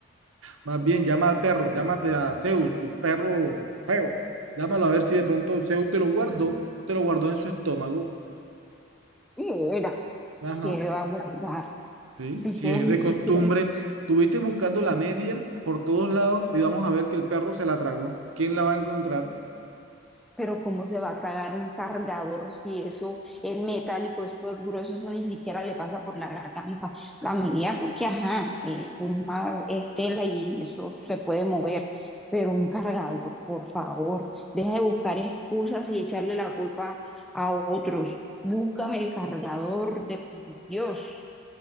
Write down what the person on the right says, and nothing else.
más bien llama al perro, llámate a Zeus, tu perro feo. Llámalo a ver si de pronto Zeus te lo guardó, te lo guardó en su estómago.
Ajá.
Sí,
si
es
de costumbre,
estuviste buscando la media por todos lados y vamos a ver que el perro se la tragó. ¿Quién la va a encontrar?